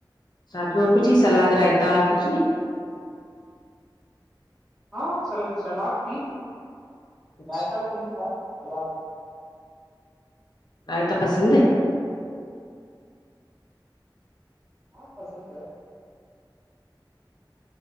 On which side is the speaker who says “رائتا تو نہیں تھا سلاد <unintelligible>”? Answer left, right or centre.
Centre